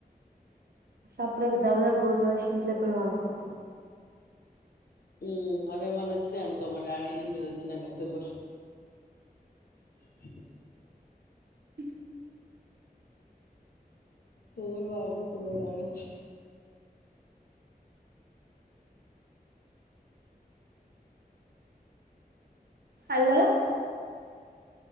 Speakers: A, on the right (about 75°); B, on the left (about 70°).
A: సాపడకు దవదా పోండ పోషి ఇంట్లో పొయ్ పండుకొ పో
B: హ్మ్ అవేమన్నా వచ్చినాయి అనుకో మా డాడీ ఏం లేదు వచ్చినా తరు శబ్దం
A: అ
B: పోన్ పగలగొడతాడు మా డాడీ వచ్చి
A: హలో